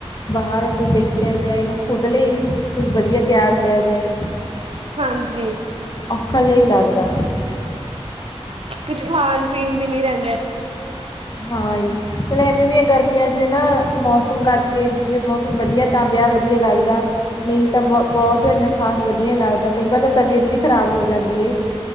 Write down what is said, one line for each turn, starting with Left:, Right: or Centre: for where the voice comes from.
Left: ਬਾਹਰ ਕੁਝ ਦੇਖਿਆ ਜਾਏ ਨਾ ਖੁਦ ਲਈ ਕੁਝ ਵਧੀਆ ਤਿਆਰ ਹੋਇਆ ਜਾਏ।
Right: ਹਾਂਜੀ
Left: ਔਖਾ ਜਿਹਾ ਹੀ ਲੱਗਦਾ।
Right: ਕੁਛ ਖਾਣ ਪੀਣ ਵੀ ਨੀ ਰਹਿੰਦਾ।
Left: ਹਾਂ ਹੀ ਹ ਐਵੇਂ ਵੀ ਆ ਗਰਮੀਆਂ ਚ ਨਾ ਮੌਸਮ ਕਰਕੇ ਵੀ ਜੇ ਮੌਸਮ ਵਧੀਆ, ਤਾਂ ਵਿਆਹ ਵਧੀਆ ਲੱਗਦਾ ਨਹੀਂ ਤਾਂ ਬਹੁ ਬਹੁਤ ਇੰਨਾ ਖਾਸ ਵਧੀਆ ਹੀ ਲੱਗਦਾ ਕਈ ਵਾਰ ਤਾਂ ਤਬੀਅਤ ਵੀ ਖ਼ਰਾਬ ਹੋ ਜਾਂਦੀ ਏ।